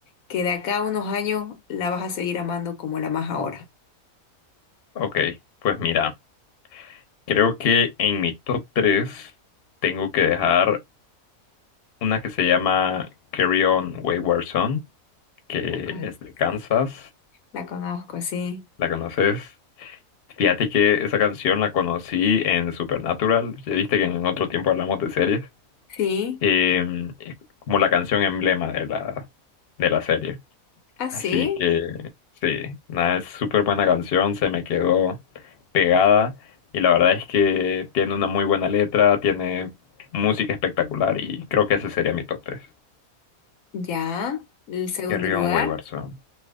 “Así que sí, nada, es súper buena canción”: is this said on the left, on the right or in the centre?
Left